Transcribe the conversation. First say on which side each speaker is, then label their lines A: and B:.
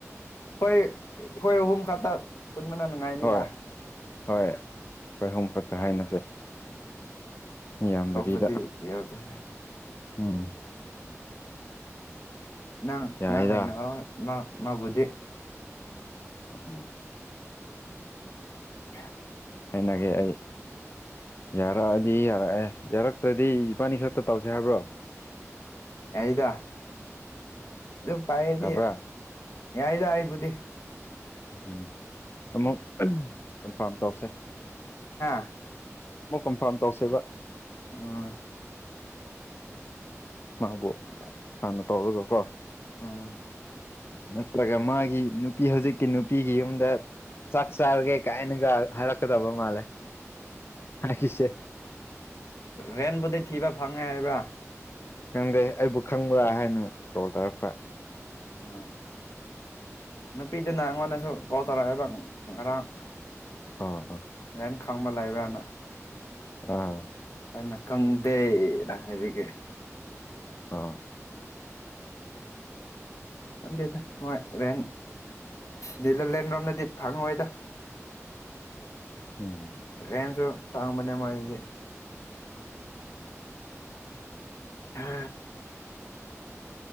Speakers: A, on the left (about 70°); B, on the left (about 45°).
A: ꯍꯣꯏ ꯑꯩꯈꯣꯏ ꯑꯍꯨꯝ ꯈꯛꯇ ꯄꯨꯟꯕꯅ ꯅꯨꯡꯉꯥꯏꯅꯤꯗ
B: ꯍꯣꯏ ꯍꯣꯏ ꯑꯩꯈꯣꯏꯍꯨꯝ ꯈꯛꯇ ꯍꯥꯏꯅꯁꯦ ꯃꯤꯌꯥꯝꯗꯕꯤꯗ
A: ꯑꯇꯣꯞꯄꯗꯤ ꯌꯥꯎꯗꯦ
B: ꯎꯝ
A: ꯅꯪ
B: ꯌꯥꯏꯗ
A: ꯅꯪ ꯍꯥꯏꯅꯑꯣ ꯃꯥꯕꯨꯗꯤ
B: ꯎꯝ
A: ꯑ
B: ꯍꯥꯏꯅꯒꯦ ꯑꯩ ꯌꯥꯔꯛꯑꯗꯤ ꯌꯥꯔꯛꯑꯦ ꯌꯥꯔꯛꯇ꯭ꯔꯗꯤ ꯏꯕꯥꯅꯤ ꯈꯛꯇ ꯇꯧꯁꯦ ꯍꯥꯏꯕ꯭ꯔꯣ
A: ꯌꯥꯏꯗ ꯑꯗꯨ ꯄꯥꯏꯔꯗꯤ
B: ꯌꯥꯕ꯭ꯔꯥ
A: ꯌꯥꯏꯗ ꯑꯩꯕꯨꯗꯤ
B: ꯎꯝ ꯑꯃꯨꯛ ꯀꯟꯐꯥꯔꯝ ꯇꯧꯁꯦ
A: ꯍꯥꯥ
B: ꯑꯃꯨꯛ ꯀꯟꯐꯥꯔꯝ ꯇꯧꯁꯦꯕ
A: ꯑ
B: ꯃꯥꯕꯨ
A: <inaudible>
B: ꯍꯥꯟꯅ ꯇꯧꯔꯒꯀꯣ
A: ꯎꯝ
B: ꯅꯠꯇ꯭ꯔꯒ ꯃꯥꯒꯤ ꯅꯨꯄꯤ ꯍꯧꯖꯤꯛꯀꯤ ꯅꯨꯄꯤꯒꯤ ꯌꯨꯝꯗ ꯆꯥꯛ ꯆꯥꯔꯒꯦ ꯀꯥꯏꯅꯒ ꯍꯥꯏꯔꯛꯀꯗꯕ ꯃꯥꯜꯂꯦ ꯃꯥꯏꯁꯦ
A: ꯔꯦꯟꯕꯨꯗꯤ ꯊꯤꯕ ꯐꯪꯉꯦ ꯍꯥꯏꯕ꯭ꯔꯥ
B: ꯈꯪꯗꯦ ꯑꯩꯕꯨ ꯈꯪꯕ꯭ꯔꯥ ꯍꯥꯏꯅ ꯀꯣꯜ ꯇꯧꯔꯛꯄ <inaudible>
A: ꯑ ꯅꯨꯄꯤꯗꯨꯅ ꯑꯩꯉꯣꯟꯗꯁꯨ ꯀꯣꯜ ꯇꯧꯔꯛꯑꯦꯕ ꯉꯔꯥꯡ
B: ꯑ ꯑ
A: ꯔꯦꯟ ꯈꯪꯕ ꯂꯩꯕ꯭ꯔꯥꯅ
B: ꯑ
A: ꯑꯩꯅ ꯈꯪꯗꯦꯅ ꯍꯥꯏꯕꯒꯤ
B: ꯑ
A: ꯈꯪꯗꯦꯗ ꯃꯣꯏ ꯔꯦꯟ ꯗꯨꯏꯂꯥꯂꯦꯟ ꯂꯣꯝꯗꯗꯤ ꯐꯪꯉꯣꯏꯗ
B: ꯎꯝ
A: ꯔꯦꯟꯁꯨ ꯇꯥꯡꯕꯅꯦ ꯃꯣꯏ ꯑꯗꯨꯗꯤ ꯍ